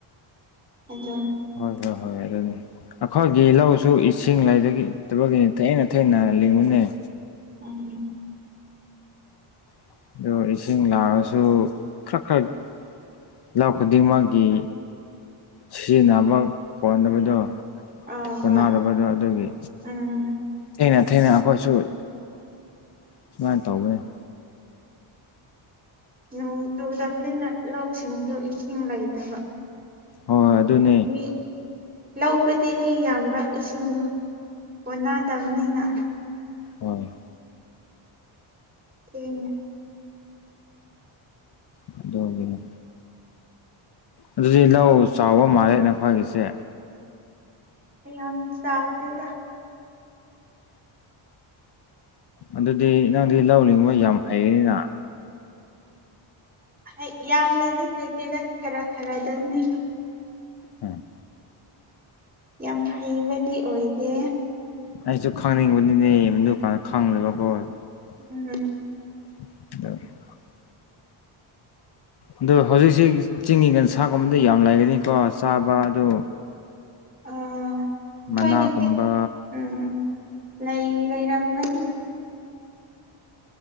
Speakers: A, on the right; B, on the left.
A: ꯑꯗꯨꯝ
B: ꯍꯣꯏ ꯍꯣꯏ ꯍꯣꯏ ꯑꯗꯨꯅꯤ ꯑꯩꯈꯣꯏꯒꯤ ꯂꯧꯁꯨ ꯏꯁꯤꯡ ꯂꯩꯗꯒꯤ ꯇꯕꯒꯤ ꯊꯦꯡꯅ ꯊꯦꯡꯅ <unintelligible>
A: ꯎꯝ
B: <unintelligible> ꯂꯧ ꯈꯨꯗꯤꯡꯃꯛꯀꯤ ꯁꯤꯖꯤꯟꯅꯕ ꯀꯣꯟꯅꯕꯗꯣ
A: ꯑꯥ
B: ꯀꯣꯟꯅꯗꯕꯗꯣ
A: ꯍꯣꯏ
B: ꯑꯗꯨꯒꯤ
A: ꯎꯝ
B: ꯊꯦꯡꯅ ꯊꯦꯡꯅ ꯑꯩꯈꯣꯏꯁꯨ ꯁꯨꯃꯥꯏꯅ ꯇꯧꯕ ꯌꯥꯏ
A: ꯅꯣꯡ ꯆꯨꯗꯕꯅꯤꯅ ꯂꯧꯁꯤꯡꯁꯨ ꯏꯁꯤꯡ ꯂꯩꯇꯕ
B: ꯍꯣꯏ ꯑꯗꯨꯅꯦ
A: ꯃꯤ ꯂꯧꯕꯗꯤ ꯃꯤ ꯌꯥꯝꯕ ꯏꯁꯤꯡꯗꯣ ꯀꯣꯅꯗꯕꯅꯤꯅ
B: ꯍꯣꯏ
A: ꯊꯦꯡꯉꯦ
B: ꯀꯩꯗꯧꯔꯝꯃꯤꯅꯣ ꯑꯗꯨꯗꯤ ꯂꯧ ꯆꯥꯎꯕ ꯃꯥꯜꯂꯦ ꯅꯈꯣꯏꯒꯤꯁꯦ
A: ꯃꯌꯥꯝ ꯆꯥꯎꯗꯦꯗ
B: ꯑꯗꯨꯗꯤ ꯅꯪꯗꯤ ꯂꯧ ꯂꯤꯡꯕ ꯌꯥꯝ ꯍꯩꯔꯅꯤꯅ
A: ꯍꯩ ꯌꯥꯝꯅꯗꯤ ꯍꯩꯇꯦꯗ ꯈꯔ ꯈꯔꯗꯅꯤ
B: ꯎꯝ
A: ꯌꯥꯝ ꯍꯩꯕꯗꯤ ꯑꯣꯏꯗꯦ
B: <unintelligible>
A: ꯎꯝ
B: <unintelligible> ꯑꯗꯨ ꯍꯧꯖꯤꯛꯁꯤ ꯆꯤꯡꯒꯤ ꯌꯦꯟꯁꯥꯒꯨꯝꯕꯗꯤ ꯌꯥꯝ ꯂꯩꯒꯅꯤꯀꯣ ꯆꯥꯕ ꯑꯗꯨ
A: ꯑ ꯑꯩꯈꯣꯏꯒꯤꯁꯦ
B: ꯃꯅꯥꯒꯨꯝꯕ
A: ꯎꯝ ꯎꯝ ꯂꯩ ꯂꯩꯔꯝꯒꯅꯤ